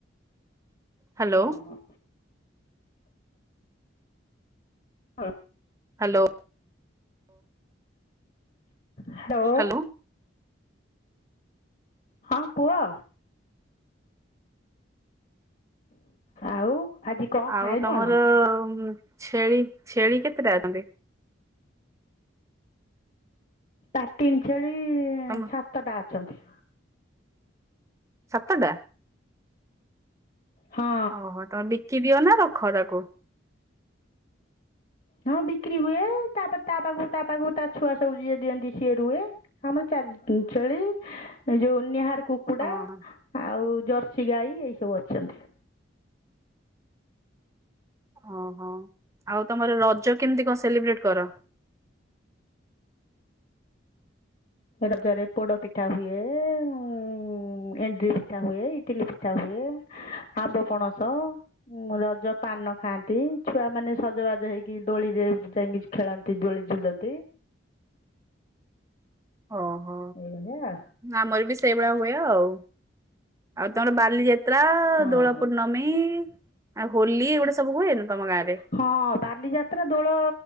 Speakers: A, on the right (about 15°); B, on the left (about 40°).
A: ହ୍ୟାଲୋ
B: ହଁ। ହଁ।
A: Hello
B: hello.
A: ହ୍ୟାଲୋ
B: ହଁ କୁହ? ଆଉ ଆଜି କ'ଣ
A: ଆଉ
B: ଖାଇଲୁ
A: ତମର
B: କ'ଣ
A: ଛେଳି ଛେଳି କେତେଟା ଅଛନ୍ତି?
B: ପାଟିନ ଛେଳି
A: ତମ
B: ସାତଟା ଅଛନ୍ତି।
A: ସାତଟା।
B: ହଁ।
A: ଓହୋ ତମେ ବିକି ଦିଅ ନା ରଖ ତାକୁ?
B: ହଁ ବିକ୍ରି ହୁଏ ତାପରେ ତା ପାଖ ତା ପାଖକୁ ତା ଛୁଆ ସବୁ ଯିଏ ଦିଅନ୍ତି ସିଏ ରୁହେ। ଆମର ଚାରିଟି ଛେଳି ଯୋଉ ନିହାର କୁ କୁକୁଡା
A: ଓହୋ
B: ଆଉ ଜର୍ସି ଗାଈ ଏଇ ସବୁ ଅଛନ୍ତି।
A: ହଁ ହଁ ଆଉ ତମର ରଜ କେମିତି କଣ ସେଲିବ୍ରେଟ କର?
B: ରଜରେ ପୋଡ ପିଠା ହୁଏ। ଉଁ ଏଣ୍ଡିରି ପିଠା ହୁଏ ଇଟିଲି ପିଠା ହୁଏ ଆମ୍ବ ପଣସ। ଉଁ ରଜ ପାନ ଖାଆନ୍ତି ଛୁଆ ମାନେ ସଜବାଜ ହେଇକି ଦୋଳିରେ ଯାଇକି ଝୁ ଖେଳନ୍ତି ଦୋଳି ଝୁଲନ୍ତି।
A: ଓହୋ।
B: ଏଇଭଳିଆ।
A: ଆମର ବି ସେଇଭଳିଆ ହୁଏ ଆଉ ଆଉ ତମର ବାଲି ଯା ଯାତ୍ରା
B: ଆଉ
A: ଦୋଳ
B: ହଁ ହଁ।
A: ପୂର୍ଣ୍ଣମୀ ଆଉ ହୋଲି ଏଗୁଡା ସବୁ ହୁଏନି ତମ ଗାଁରେ।
B: ହଁ ବାଲିଯାତ୍ରା ଦୋଳ